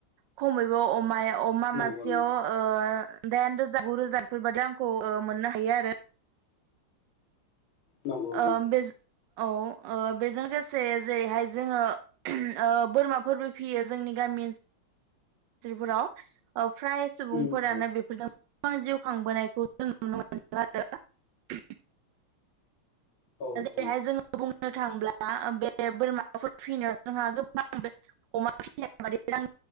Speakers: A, on the right; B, on the left.
A: खमैबो अमाया अमा
B: नंगौ
A: मासिायाव
B: नंगौ
A: ओ दाइन रोजा रोजागु रोजाफोर बादि आंखौ मोननो हायो आरो
B: नंगौ नंगौ,
A: ओ
B: !
A: बे औ, ओ बेजों लोगोसे जेरैहाय जोङो ओ बोरमाफोरबो फियो जोंनि गामि ओनसोल जिफोराव फ्राय सुबुंफोरानो
B: उम औ
A: बेफोरजों गोबां जिउ खांबोनायखौ जों नुनो मोनदों आरो ।खम
B: औ
A: जेरैहाय
B: औ
A: जोङो बुंनो थांब्ला, दा बे बोरमाफोर फिसिनो जोंहा गोबां अमा फिसिनायाबां